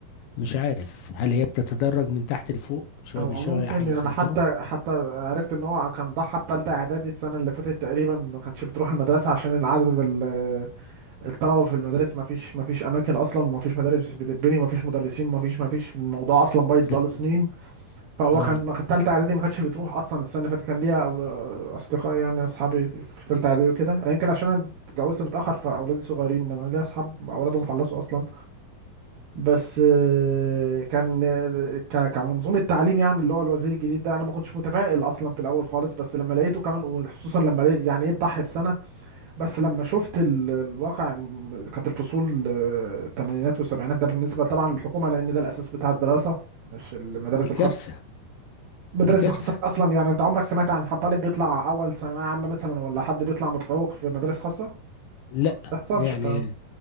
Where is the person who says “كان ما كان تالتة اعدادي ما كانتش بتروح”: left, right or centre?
Right